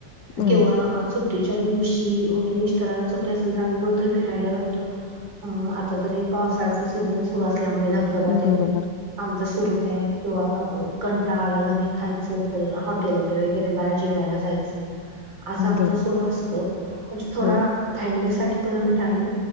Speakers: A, on the left; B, on the right.
A: हा
B: किंवा
A: हो.
B: सुट्टीच्या दिवशी म्हणजे, मिस्टरांना सुट्टी असेल तर आम्ही कुट तर फिरायला जातो. आता जरी पावसाळ्या सीझन सुरु असल्यामुळे धबधब्या
A: बरोबर
B: तेन. आमचं सुरूच आहे. किंवा कंटाळ आला घरी खायचं तर हॉटेल. ला वगैरे ला जेवायला जायचं. असं आमच
A: बरोबर
B: सोरू असतं. म्हणजे थोडा
A: हो
B: फॅमिली साठी पण आम्ही टाईम,